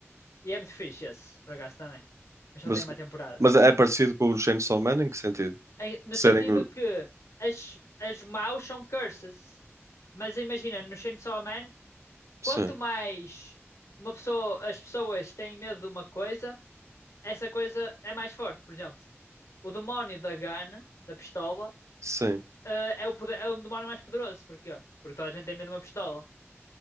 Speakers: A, on the left; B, on the right.
A: E é muito fixe esse, por acaso também. Mas só
B: Mas,
A: tem uma temporada.
B: mas é parecido com o Chainsaw Man em que sentido?
A: em- no
B: Serem
A: sentido que as, as maus são curses. Mas imagina, no Chainsaw Man,
B: Sim,
A: quanto mais uma pessoa, as pessoas têm medo de uma coisa, essa coisa é mais forte. Por exemplo, o demónio da gun, da pistola,
B: sim.
A: eh, é o, poder- é o demónio mais poderoso. Porquê? Porque toda a gente tem medo de uma pistola.